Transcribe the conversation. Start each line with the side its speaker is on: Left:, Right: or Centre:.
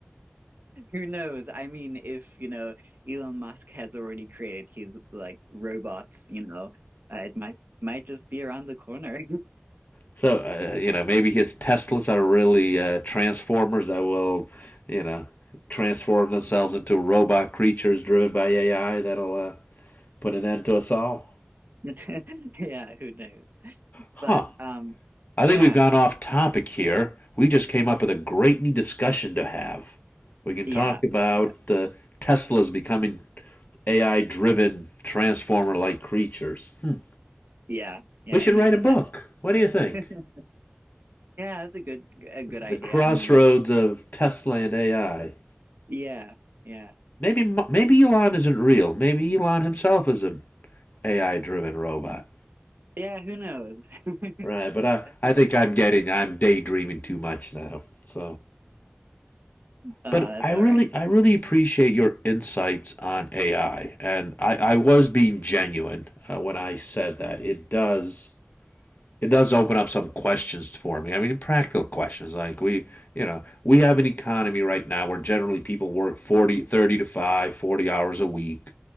Right: who knows? I mean, if, you know, Elon Musk has already created his like robots, you know, uh, it might might just be around the corner.
Left: So, uh, you know, maybe his Teslas are really uh, transformers that will, you know, transform themselves into robot creatures driven by AI that'll uh, put an end to us all.
Right: <laughs> Yeah, who knows?
Left: Huh.
Right: But um,
Left: I
Right: yeah,
Left: think we've gone off topic here. We just came up with a great new discussion to have. We can
Right: yeah,
Left: talk about
Right: yeah,
Left: uh, Tesla's becoming AI driven, transformer like creatures. Hmm.
Right: yeah, yeah,
Left: We should
Right: imagine
Left: write a book.
Right: that.
Left: What do you think?
Right: <laughs> Yeah, that's a good a good idea.
Left: The crossroads
Right: I mean,
Left: of Tesla and AI.
Right: yeah, yeah.
Left: Maybe maybe Elon isn't real. Maybe Elon himself is an AI driven robot.
Right: Yeah, who knows? <laughs>
Left: Right, but I, I think I'm getting I'm daydreaming too much now. So
Right: Uh,
Left: but
Right: that's
Left: I really
Right: all right.
Left: I really appreciate your insights on AI, and I, I was being genuine uh, when I said that it does it does open up some questions for me. I mean, practical questions like we you know we have an economy right now where generally people work 40, 30 to 5, 40 hours a week.